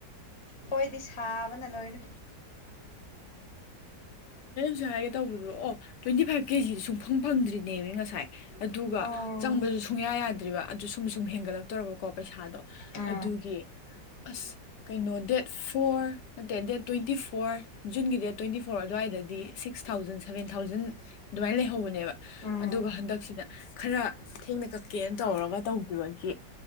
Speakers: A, on the left; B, on the left.
A: ꯍꯣꯏꯗꯤ ꯁꯥꯕꯅ ꯂꯣꯏꯔꯦ
B: ꯀꯨ ꯍꯥꯏꯔꯦ ꯇꯧꯕꯤꯕ ꯑꯣ ꯇ꯭ꯋꯦꯟꯇꯤ ꯐꯥꯏꯚ ꯀꯦꯖꯤꯗ ꯁꯨꯡꯐꯪ ꯐꯪꯗ꯭ꯔꯤꯅꯦꯕ ꯉꯁꯥꯏ ꯑꯗꯨꯒ
A: ꯑꯣ
B: ꯆꯪꯕꯁꯨ ꯁꯨꯡꯌꯥ ꯌꯥꯗ꯭ꯔꯤꯕ ꯑꯗꯨ ꯁꯨꯝ ꯁꯨꯝ ꯍꯦꯟꯒꯠꯂꯛꯇꯧꯔꯕꯀꯣ ꯄꯩꯁꯥꯗꯣ
A: ꯑꯥ
B: ꯑꯗꯨꯒꯤ ꯑꯁ ꯀꯩꯅꯣ ꯗꯦꯠ ꯗꯦꯠ ꯐꯣꯔ ꯅꯠꯇꯦ ꯗꯦꯠ ꯇ꯭ꯋꯦꯟꯇꯤ ꯐꯣꯔ ꯖꯨꯟꯒꯤ ꯗꯦꯠ ꯇ꯭ꯋꯦꯟꯇꯤ ꯐꯣꯔ ꯑꯗꯨꯋꯥꯏꯗꯗꯤ ꯁꯤꯛꯁ ꯊꯥꯎꯖꯟ ꯁꯚꯦꯟ ꯊꯥꯎꯖꯟ ꯑꯗꯨꯃꯥꯏꯅ ꯂꯩꯍꯧꯕꯅꯦꯕ
A: ꯎꯝ
B: ꯑꯗꯨꯒ ꯍꯟꯗꯛꯁꯤꯅ ꯈꯔ ꯊꯦꯡꯅ ꯀꯛꯀꯦꯅ ꯇꯧꯔꯒ ꯇꯧꯕꯈꯤꯕꯒꯤ